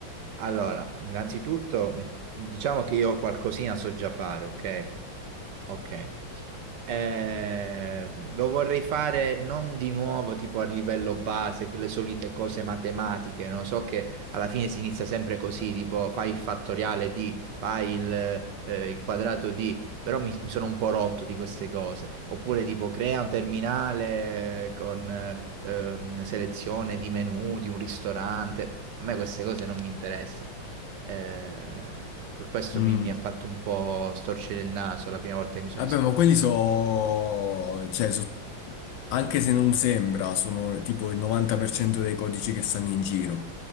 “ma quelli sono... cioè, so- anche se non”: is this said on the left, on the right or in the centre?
Left